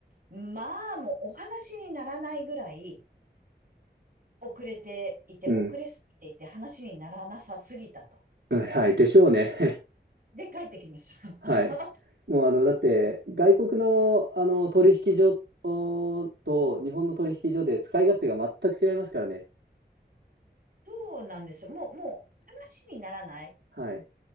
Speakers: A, on the right; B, on the right.
A: まあ、もうお話にならないぐらい、遅れていて、
B: うん。
A: 遅れすぎていて、話にならなさすぎたと。
B: うん、はい、でしょうね。
A: で、帰ってきました。
B: <laughs> はい。
A: <laughs>
B: もうあの、だって、外国の、あの取引所おと日本の取引所で使い勝手が全く違いますからね。
A: そうなんですよ。もう、もう、話にならない
B: はい。